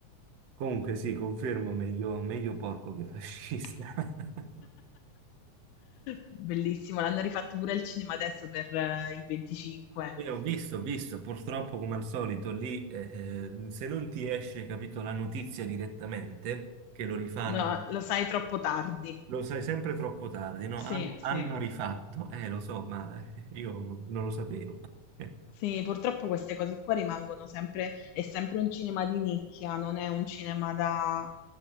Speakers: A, on the right (about 60°); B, on the left (about 75°).
A: Comunque sì, confermo, meglio, meglio porco che fascista.
B: <laughs>
A: <laughs>
B: Bellissimo, l'hanno rifatto pure al cinema adesso per eh, il 25.
A: Eh, ho visto, ho visto, purtroppo come al solito lì, eh, eh, se non ti esce, capito, la notizia direttamente, che lo rifanno,
B: No, lo sai troppo tardi.
A: lo sai sempre troppo tardi, no?
B: Sì,
A: Hanno,
B: sì.
A: hanno rifatto, eh lo so, ma eh, io non lo sapevo. <laughs>
B: Sì, purtroppo queste cose qua rimangono sempre, è sempre un cinema di nicchia, non è un cinema da,